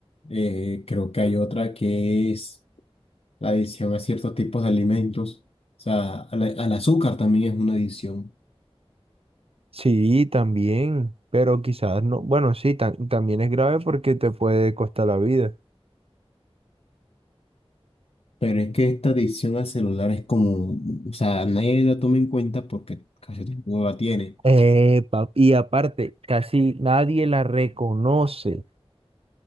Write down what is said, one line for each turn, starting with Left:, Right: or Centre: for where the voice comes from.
Left: Eh, creo que hay otra que es la adición a ciertos tipos de alimentos. O sea, al al azúcar también es una adición.
Right: Sí, también, pero quizás no. Bueno, sí, tam- también es grave porque te puede costar la vida.
Left: Pero es que esta adicción al celular es como, o sea, nadie la toma en cuenta porque casi todo el mundo la tiene.
Right: Epa, y aparte, casi nadie la reconoce.